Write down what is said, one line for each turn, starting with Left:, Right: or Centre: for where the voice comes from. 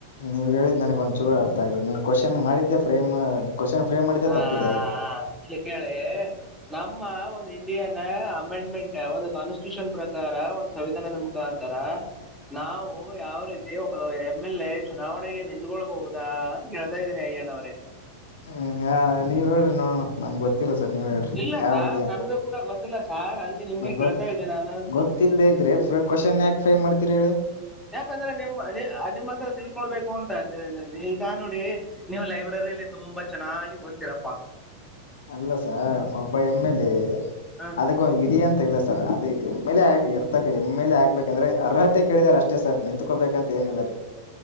Left: ನೀವ್ ಹೇಳಿದ್ ನನಗ್ ಒಂದ್ ಚೂರು ಅರ್ಥ ಆಗ್ಲಿ ನೀವು ಕ್ವೆಶ್ಚನ್ ಮಾಡಿದ್ದೆ ಫ್ರೇಮ್ ಕ್ವಶನ್ ಫ್ರೇಮ್ ಮಾಡಿದ್ದೆ
Centre: ಹಾ
Left: ತಪ್ಪಿದೆ ಅದಕ್ಕೆ
Centre: ಇಲ್ಲಿ ಕೇಳಿ ನಮ್ಮ ಒಂದ್ ಇಂಡಿಯನ್ ನ ಅಮೆಂಡ್ಮೆಂಟ್ ಒಂದು ಕಾನ್ಸ್ಟಿಟ್ಯೂಷನ್ ಪ್ರಕಾರ ಒಂದ್ ಸಂವಿಧಾನದ ಮುಖಾಂತರ ನಾವು ಯಾವ ರೀತಿ ಒಬ್ಬ ಎಮ್ ಎಲ್ ಎ ಚುನಾವಣೆಗೆ ನಿಂತಕೊಳ್ಬಹುದಾ ಅಂತ ಕೇಳ್ತಾ ಇದ್ದೀನಿ ಅಯ್ಯ್ಣ ಅವರೇ.
Left: ಹ್ಮ್ ಹ ನೀವ್ ಹೇಳ್ರರಿ ನೋಡೋಣ ನಮ್ಗೆ ಗೊತ್ ಇಲ್ಲ ಸರ್ ನೀವೇ ಹೇಳ್ರಿ
Centre: ಇಲ್ಲ
Left: ಯಾವ
Centre: ಸರ್
Left: ವಿಧಿ ಅಂತ
Centre: ನನಗೂ ಕೂಡ ಗೊತ್ತಿಲ್ಲ ಸರ್ ಅದಕ್ಕೆ ನಿಮ್ಗೆ
Left: ಮತ್ತ್
Centre: ಕೇಳ್ತಾ
Left: ಗೊತ್
Centre: ಇದ್ದೀನಿ ನಾನು
Left: ಗೊತ್ತಿಲ್ಲದೆ ಇದ್ರೆ ಮತ್ ಕೊಶನ್ ಯಾಕ್ ಫ್ರೇಮ್ ಮಾಡ್ತೀರ್. ತಿರಿ.
Centre: ಯಾಕಂದ್ರೆ ನಿಮ್ ನಿಮ್ಮ ಹತ್ರ ತಿಳ್ಕೊಳ್ಬೇಕು ಅಂತ ಈಗ ನೋಡಿ. ನೀವು ಲೈಬ್ರರಿಯಲ್ಲಿ ತುಂಬಾ ಚೆನ್ನಾಗಿ ಓ್ತತಿರಪ್ಪಾ.
Left: ಅಲ್ಲ ಸರ್ ಒಬ್ಬ ಎಮ್ ಎಲ್ ಎ
Centre: ಹ,
Left: ಅದಕ್ಕ ವಿಧಿ ಅಂತ ಇಲ್ಲ ಸರ್ ಅದು ಎಮ್ ಎಲ್ ಆಗೀರ್ ತ್ತೆ ಎಮ್ಮೇಲೆ ಆಗ್ಬೇಕಂದ್ರೆ ಅರ್ಹತೆ ಕೇಳಿದಾರ ಅಷ್ಟೇ ಸರ್ ನಿತ್ಕೋಬೇಕಂತ ಏನಿಲ್ಲ ರೀ.